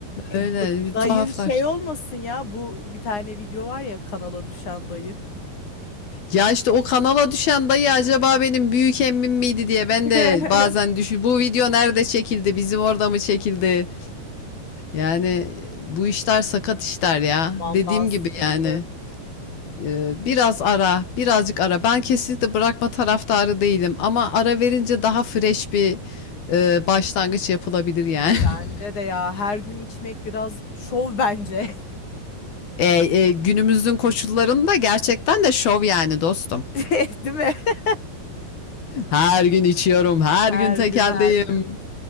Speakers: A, on the left (about 45°); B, on the left (about 65°).
A: E,
B: öyle
A: da-
B: bir
A: dayın
B: tuhaflar.
A: şey olmasın ya. Bu bir tane video var ya kanala düşen dayı.
B: Ya işte o kanala düşen dayı acaba benim büyük emmim miydi diye ben
A: <laughs>
B: de bazen düşün. Bu video nerede çekildi? Bizim orada mı çekildi? Yani e, bu işler sakat işler ya.
A: Vallahi
B: Dediğim
A: sıkıntı.
B: gibi yani e, biraz ara, birazcık ara. Ben kesinlikle bırakma taraftarı değilim ama ara verince daha fresh bir e, başlangıç yapılabilir yani. <laughs>
A: Bence de ya her gün içmek biraz şov bence. <laughs>
B: E, e, günümüzün koşullarında gerçekten de şov yani dostum.
A: <laughs> Değil mi? <laughs>
B: Her gün içiyorum, her
A: Her
B: gün tekeldeyim.
A: gün her gün.